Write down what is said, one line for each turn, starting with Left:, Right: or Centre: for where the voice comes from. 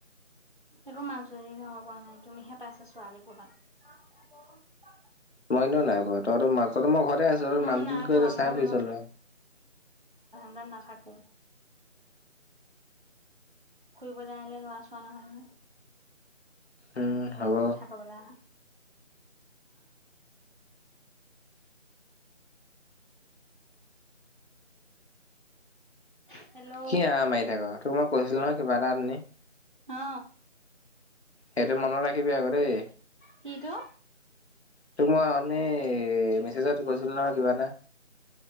Right: একো মাজুলী ল'ৰা পৰা নাই তুমিহে পাইছা ছোৱালী ক'বাত
Left: মই এনেও নাই পোৱা তই ম মই ঘৰ আছো
Right: মই
Left: মাজুলীত
Right: নাই
Left: গৈ
Right: পোৱা
Left: চাই
Right: মই
Left: ফুৰিছ ল'ৰা
Right: ঘৰত নাথাকো ফুৰিবলৈ আহিলে লৰাছোৱা নহয় ন
Left: উম হ'ব
Right: কথা কবলৈ আহা হা হেল্ল'
Left: কি আহ মাৰি থাক তোক মই কৈছিলো নহয় কিবা এটা নি
Right: অ
Left: সেইটো মনত ৰাখিবি আকৌ দেই
Right: কিটো
Left: তোক মই শন্নি মেছেজত কৈছিলো নহয় কিবা এটা